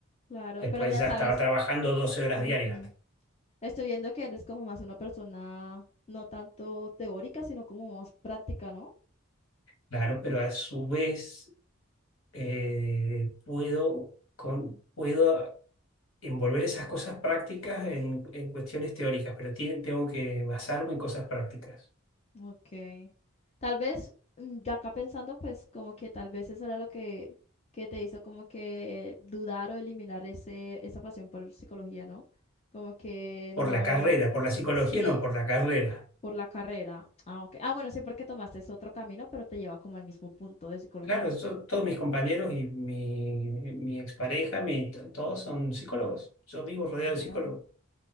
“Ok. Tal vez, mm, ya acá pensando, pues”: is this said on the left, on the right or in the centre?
Left